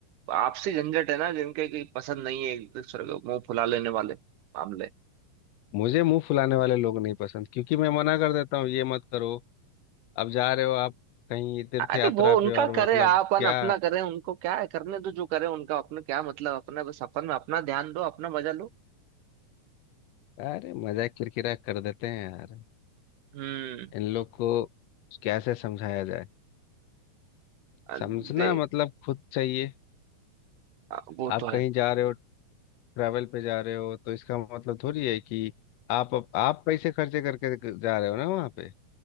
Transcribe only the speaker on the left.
मुझे मुंह फुलाने वाले लोग नहीं पसंद क्योंकि मैं मना कर देता हूँ ये मत करो अब जा रहे हो आप कहीं तीर्थ
यात्रा
पे और
मतलब
क्या
अरे मजाक किरकिरा कर देते हैं यार
इन लोग को कैसे समझाया जाए
समझना
मतलब खुद चाहिए
आप
कहीं जा रहे हो ट्रैवल पे जा रहे हो तो इसका मतलब थोड़ी है कि आप आप पैसे खर्चे करके जा रहे हो ना वहाँ पे